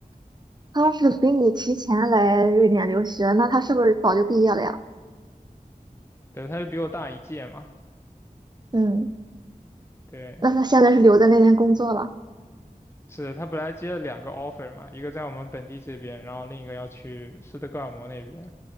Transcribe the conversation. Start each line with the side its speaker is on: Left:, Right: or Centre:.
Right: 他要是比你提前来瑞典留学，那他是不是早就毕业了呀？
Left: 对，他就比我大一届嘛。
Right: 嗯
Left: 对，
Right: 那他现在是留在那边工作了？
Left: 是他本来接了两个 offer 嘛，一个在我们本地这边，然后另一个要去斯德哥尔摩那边。